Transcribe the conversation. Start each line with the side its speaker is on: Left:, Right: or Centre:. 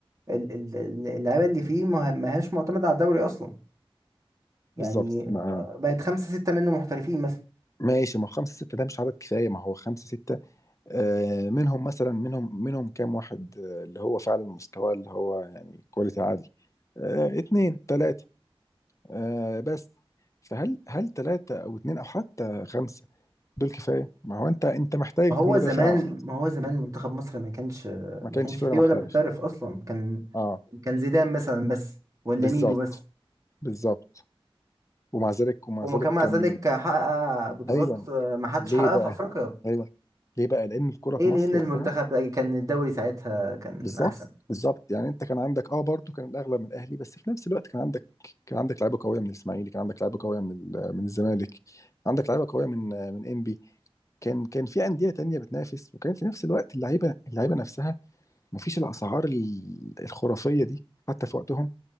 Right: ال- ال- ال- اللعيبه اللي فيه ما ما هياش معتمده على الدوري اصلا يعني
Left: بالظبط ما-
Right: آه، بقت خمسه سته منه محترفين
Left: ماشي ما هو خمسة ستة ده مش عدد كفاية ما هو خمسة ستة آه منهم مثلا منهم منهم كام واحد آه اللي هو فعلا مستوى اللي هو يعني كواليتي عالي آه اتنين تلاتة آه بس فهل هل تلاتة أو اتنين أو حتى خمسة دول كفاية؟ ما هو أنت أنت محتاج
Right: ما هو
Left: مدافع
Right: زمان ما هو زمان منتخب مصر ما كانش
Left: ما
Right: ما
Left: كانش
Right: كانش
Left: فيه
Right: فيه
Left: ولا محترف
Right: ولا محترف اصلا كان
Left: اه
Right: كان زيدان مثلا بس ولا
Left: بالظبط
Right: ميدو بس
Left: بالظبط ومع ذلك ومع
Right: وما
Left: ذلك
Right: كان مع
Left: كان
Right: ذلك حقق بطولات
Left: ايوه
Right: ما حدش
Left: ليه
Right: حققها
Left: بقى
Right: في افريقيا
Left: ايوه ليه بقى لان الكرة في
Right: ليه
Left: مصر
Right: لان المنتخب
Left: وقتها
Right: كان الدوري ساعتها كان
Left: بالظبط
Right: احسن
Left: بالظبط يعني انت كان عندك اه برضو كان الاغلب من الاهلي بس في نفس الوقت كان عندك كان عندك لعيبه قويه من الاسماعيلي كان عندك لعيبه قويه من ال- من الزمالك عندك لعيبه قويه من من انبي كان كان في انديه تانية بتنافس وكان في نفس الوقت اللعيبه اللعيبه نفسها ما فيش الاسعار ال- الخرافيه دي حتى في وقتهم